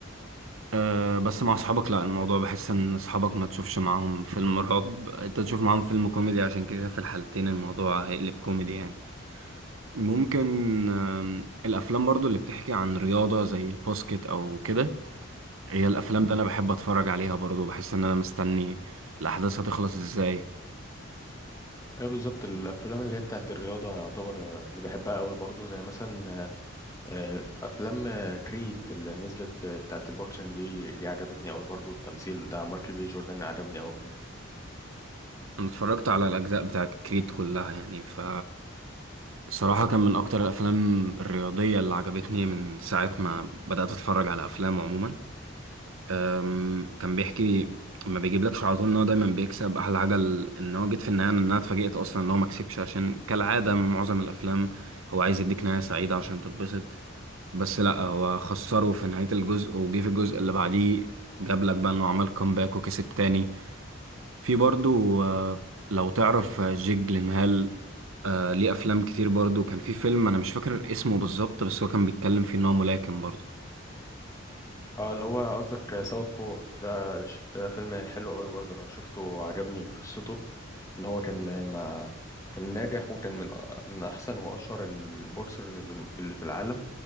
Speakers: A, on the right; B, on the left.
A: أه بس مع اصحابك لا الموضوع بحس ان اصحابك ما تشوفش معاهم فيلم رعب انت تشوف معاهم فيلم كوميدي عشان كده في الحالتين الموضوع هيقلب كوميدي يعني ممكن آم، الافلام برضو اللي بتحكي عن رياضة زي الباسكت او كده هي الافلام
B: امم
A: ده انا بحب اتفرج عليها برضو بحس ان انا مستني الاحداث هتخلص ازاي
B: ايه بالظبط الافلام اللي هي بتاعت الرياضه يعتبر آه، اللي بحبها قوي برضو زي مثلا آه، آه، في افلام آه، كريد اللي نزلت آه، بتاعت البوكسنج دي دي عجبتني قوي برضو التمثيل بتاع مايكل بي جوردن عجبني قوي فيها
A: انا اتفرجت على الاجزاء بتاعت كريد كلها يعني ف الصراحه كان من اكتر الافلام الرياضيه اللي عجبتني من ساعه ما بدات اتفرج على افلام عموما أم، كان بيحكي ما بيجيبلكش على طول ان هو دايما بيكسب احلى حاجه ال- ان هو جيت في النهايه ان انا اتفاجئت اصلا ان هو ما كسبش عشان كالعاده معظم الافلام هو عايز يديك نهايه سعيده عشان تتبسط بس لا هو خسره في نهايه الجزء وجه في الجزء اللي بعديه جابلك بقى انه عمل كومباك وكسب تاني في برضو آه، لو تعرف آه، جيك جلينهال آه، ليه افلام كتير برضو كان في فيلم انا مش فاكر اسمه بالظبط بس هو كان بيتكلم فيه ان هو ملاكم برضو
B: اه اللي هو قصدك ساوث بو ده ده ش- ده فيلم حلو قوي برضه انا شفته عجبني قصته ان هو كان ما كان ناجح وكان من من احسن واشهر البورسرز اللي في العالم